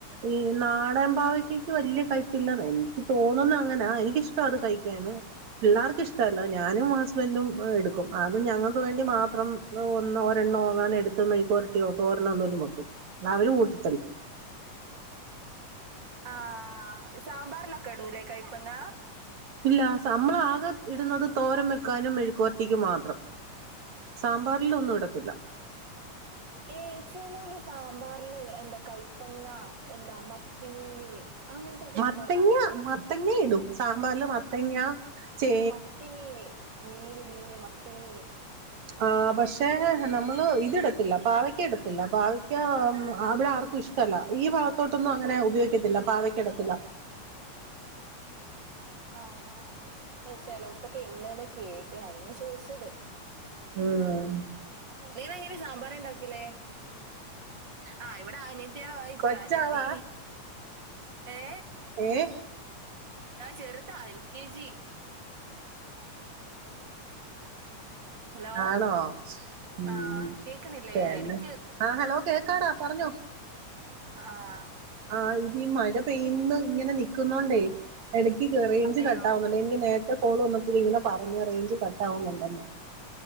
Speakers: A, on the right (about 65°); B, on the right (about 35°).
A: ഈ നാട ടൻ പാവക്കക്ക് വല്ല്യ കയ്പ്പില്ല എനിക്ക് തോന്നുന്ന അങ്ങനാ എനിക്കിഷ്ട അത് കഴിക്കാന് പിള്ളേർ ഇക്ക് ഇഷ്ടല്ല ഞാനും അ സ്ബൻഡും എടുക്കും അതു ഞങ്ങക്ക് വേണ്ടി മാത്രം ഒന്നോ രണ്ടോ <unintelligible> എടുത്ത് മെഴുക്ക്പൊരട്ടിയോ തോരനോ എന്തേലും വെക്കുംന്നാ അവര് കൂട്ട്
B: ആഹ സാമ്പാറിലൊക്കെ ഇടൂലേ? കയ്പ്പങ്ങ
A: ഇല്ല നമ്മളാകെ ഇടുന്നത് തോരം വെക്കാനും മെഴുക്കോറ്റക്ക് മാത്രം സാമ്പാറിലൊന്നു ഇടതില്ല.
B: ഏച്ചലള്ളു സാമ്പാറില് എന്താ കൈപ്പങ്ങ എന്താ മത്തിമീന്. അങ്ങനത്തെ ഒക്കെ
A: മത്തങ്ങ
B: ഇടുന്ന കാണാം
A: മത്തങ്ങ ഇടും സാമ്പാറില് മത്തങ്ങ ചേ
B: മത്തിമീന് മീന് മത്തി മീന്
A: ആ പക്ഷെ നമ്മള് ഇത്ടത്തില്ല പാവക്ക ഇടത്തില്ല പാവക്ക അവിടെ ആർക്കും ഇഷ്ട ല്ല ഈ ഭാഗത്തോട്ടൊന്നും അങ്ങനെ ഉപയോഗിക്കത്തില്ല പാവക്കിടത്തില്ല.
B: ആഹ ചേലോടതൊക്കെ ഇണ്ടന്ന് കേട്ടാണ് അത ഞാൻ ചോദിച്ചത്.
A: ആഹ്
B: നീ വെങ്ങനെ സാമ്പാർ ണ്ടാക്കല്? ആഹ് ഇവിടെ അനത്തിയാണ് വായിക്ക
A: കൊച്ചാളാ
B: അനത്തി ഏ.
A: ഏ
B: ചെറ്താ എൽ കെ ജി ഹലോ
A: ആണോ ഉം
B: ആ കേക്കണില്ലേ
A: പിന്നെ
B: ആ, ഇടക്ക്
A: ആ ഹലോ കേക്കാടാ പറഞൊ. ആ <inaudible>
B: ആഹ്
A: ആ ഇത് മഴ പെയ്യുന്നു ഇങ്ങനെ നിക്കുന്നോണ്ടേ. ഇടക്ക് റേയ്ഞ്ച്
B: അതെയോ
A: കട്ടാവുന്നുണ്ട് എനിക്ക് നേരത്തെ കോൾ വന്നപ്പോഴ ഇങ്ങനെ പറഞ്ഞഞ് റേഞ്ച് കട്ട് ആവുന്നുണ്ടെന്ന്.